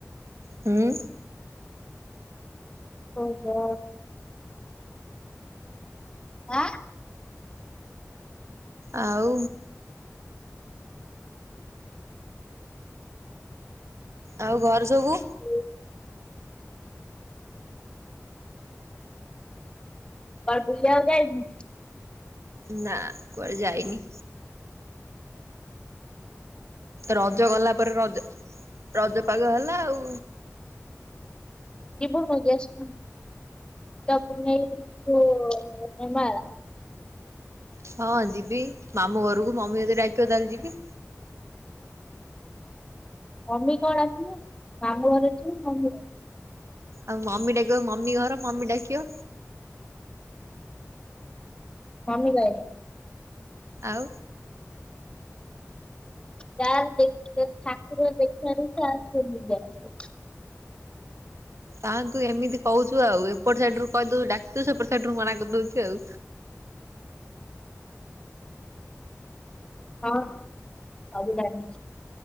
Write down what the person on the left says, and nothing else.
ଓହୋ। ଆଁ।
କୁଆଡେ କୁଆଡେ ବୁଲିବାକୁ ଯାଇନୁ।
କିପଣ ଜ୍ୟଷ୍ଟ ପୂର୍ଣୀମା କୁ ହେମାଳ।
ମମି କଣ ଆସିବା। ମାମୁଆର ଅଛି ମମି ର।
ମମି ଭାଇ।
ଯାର ଦେଖ ଠାକୁର ଦେଖାରୁ ତା ସେଯା <inaudible>
ହ <unintelligible> ହଁ ସବୁ ଜାଣିଛି।